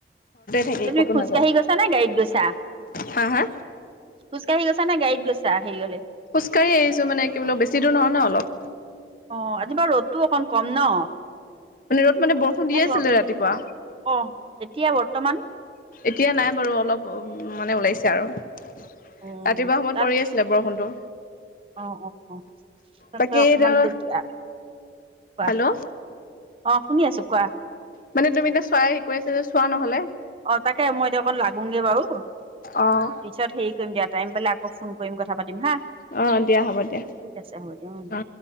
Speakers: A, on the left (about 50°); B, on the right (about 30°).
A: থাকি
B: তুমি
A: ক'তো
B: খোজকাঢ়ি
A: নাযায়
B: গৈছা নে গাড়ীত গৈছা?
A: হা হা
B: খোজকাাঢ়ি গৈছা নে গাড়ীত গৈছা? হেৰিলৈ
A: খোজকাঢ়ি আহিছো। মানে কি বো বেছি দূৰ নহয় ন অলপ।
B: অ, আজি বাৰু ৰ'দতটো অকমান কম ন?
A: মানে ৰ'দ মানে বৰষুণ দিয়েছিলে
B: নে তোমাৰ
A: ৰাতিপুৱা।
B: অ তেতিয়া বৰ্তমান
A: এতিয়া নাই বাৰু অলপ মানে ওলাইছে আৰু। ৰাতিপুৱা
B: অ
A: সময়ত
B: তাত
A: পৰি আছিলে বৰষুণটো।
B: অ- অ -অ তেন্তে
A: বাকী
B: অকমান
A: এতিয়া
B: তেতিয়া। কোৱা
A: হেল্ল'।
B: অ শুনি আছো কোৱা।
A: মানে তুমি এতিয়া চাই হে কৰি আছ যে চোৱা নহ'লে।
B: অ, তাকে মই এতিয়া অকণ লাগোগে বাৰু।
A: অ',
B: পিছত হেৰি কৰিম দিয়া টাইম বেললে আকৌ ফোন কৰিম কথা পাতিম হা।
A: অ, দিয়া হ'ব দিয়া।
B: ঠিক আছে হ'ব দিয়া
A: অ।